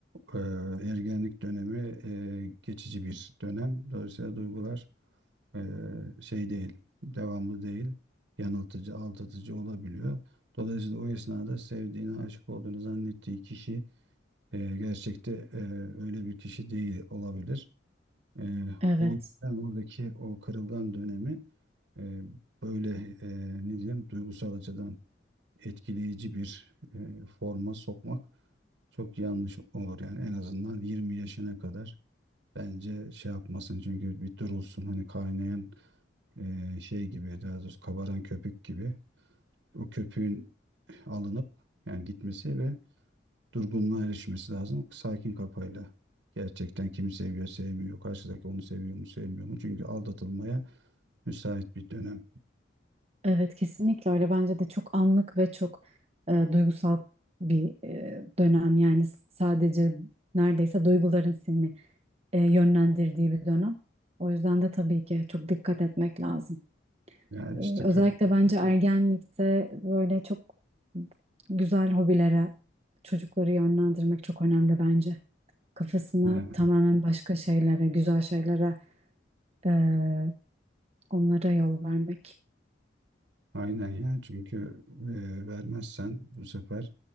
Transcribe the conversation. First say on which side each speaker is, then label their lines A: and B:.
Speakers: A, on the right (about 80°); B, on the right (about 35°).
A: e, ergenlik dönemi e, geçici bir dönem. Dolayısıyla duygular e, şey değil, devamlı değil, yanıltıcı, aldatıcı olabiliyor. Dolayısıyla o esnada sevdiğini, aşık olduğunu zannettiği kişi e, gerçekte e, öyle bir kişi değil olabilir. E,
B: Evet,
A: o yüzden oradaki o kırılgan dönemi e, böyle e, ne diyeyim duygusal açıdan etkileyici bir e, forma sokmak çok yanlış olur yani en azından 20 yaşına kadar bence şey yapmasın çünkü bir durulsun hani kaynayan e, şey gibi daha doğrusu kabaran köpük gibi o köpüğün alınıp yani gitmesi ve durgunluğa erişmesi lazım sakin kafayla. Gerçekten kimi seviyor sevmiyor karşıdaki onu seviyor mu sevmiyor mu çünkü aldatılmaya müsait bir dönem.
B: evet kesinlikle öyle. Bence de çok anlık ve çok e, duygusal bir e, dönem. Yani sadece neredeyse duyguların seni e, yönlendirdiği bir dönem. O yüzden de tabii ki çok dikkat etmek lazım.
A: Yani
B: E,
A: işte
B: özellikle bence ergenlikte böyle çok güzel hobilere çocukları yönlendirmek çok önemli bence. Kafasını
A: Evet.
B: tamamen başka şeylere, güzel şeylere Ee, onlara yol vermek.
A: Aynen ya çünkü e, vermezsen bu sefer